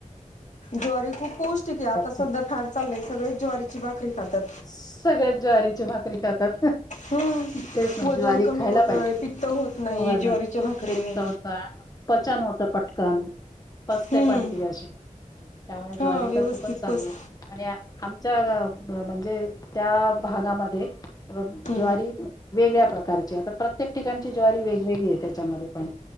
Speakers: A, on the left (about 60°); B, on the left (about 25°).
A: ज्वारी खूप पौष्टिक आहे. आता
B: अच्छा.
A: सध्या फॅड चाललय सगळे ज्वारीची भाकरी खातात.
B: सगळेच ज्वारीची भाकरी खातात.
A: हम्म
B: तेच म्हणजे
A: वजन
B: ज्वारी
A: कमी
B: खायला
A: होतय
B: पाहिजे.
A: पित्त होत नाही
B: वजन,
A: ज्वारीच्या भाकरीने
B: पित्त होत- पचन होत पटकन पचते
A: हम्म
B: पण ती अशी. त्यामुळे
A: हा
B: ज्वारी
A: व्यवस्थित
B: तर खूपच चांगलीय.
A: पस
B: आणि आमच्या अ म्हणजे त्या भागामध्ये
A: हम्म
B: ज्वारी वेगळ्या प्रकारची ये आता प्रत्येक ठिकाणची ज्वारी वेगवेगळी आहे त्याच्यामध्ये पण.